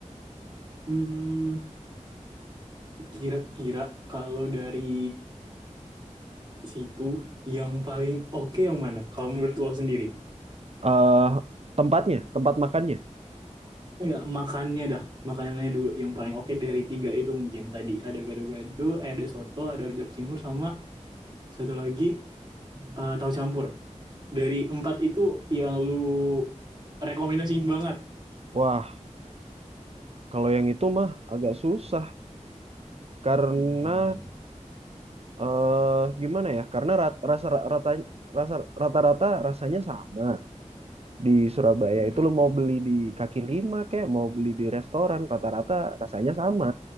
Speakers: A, on the right; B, on the right.
A: Hmm, kira-kira kalau dari situ yang paling oke yang mana? Kalau menurut lo sendiri?
B: eh tempatnya, tempat makannya.
A: Enggak, makannya dah. Makanannya dulu yang paling oke dari tiga itu mungkin tadi ada gado-gado, eh, ada soto, ada rujak cingur sama satu lagi eh, tahu campur. Dari empat itu yang lu rekomendasiin banget.
B: Wah, kalau yang itu mah agak susah karena
A: Hmm.
B: eh gimana ya? Karena rat, rasa rata rasa rata-rata rasanya sama. di Surabaya
A: mm-mm.
B: itu lo mau beli di kaki lima kayak mau beli di restoran rata-rata rasanya sama